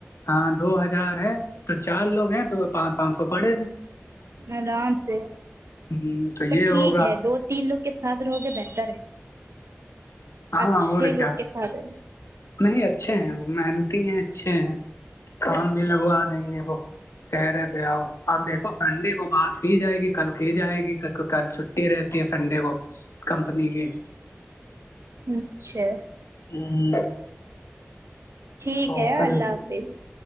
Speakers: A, on the left; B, on the right.
A: ہاں دو ہزار ہے تو چار لوگ ہیں تو پانچ پانچ سو پڑے
B: آرام سے
A: ہوں تو
B: پر
A: یہ
B: ٹھیک
A: ہوگا
B: ہے دو تین لوگ کے ساتھ رہو گے بہتر ہے
A: ہاں
B: اچھے
A: اور
B: لوگ
A: کیا
B: کے ساتھ
A: نہیں اچھے ہیں وہ محنتی ہیں اچھے ہیں کام بھی لگوا دیں گے وہ کہہ رہے تھے آؤ اب دیکھو سنڈے کو بات کی جائے گی کل کی جائے گی کل چھٹی رہتی کہ سنڈے کو کمپنی کی
B: اچھا
A: ہ <inaudible>
B: ٹھیک
A: تو
B: ہے
A: کل
B: اللہ حافظ